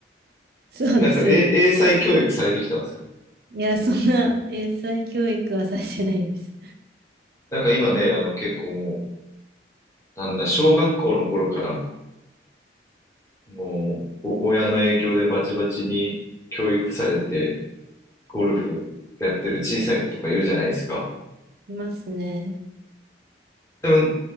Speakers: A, on the right (about 60°); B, on the left (about 15°).
A: そうですよね。
B: なんか、え、英才教育されてきたんですか
A: いや、そんな英才教育はさせてないです。
B: なんか今ね、あの結構もう、なんだ、小学校の頃から、もう、お親の影響でバチバチに教育されて、ゴルフやってる小さい子とかいるじゃないですか。
A: いますね。
B: でも、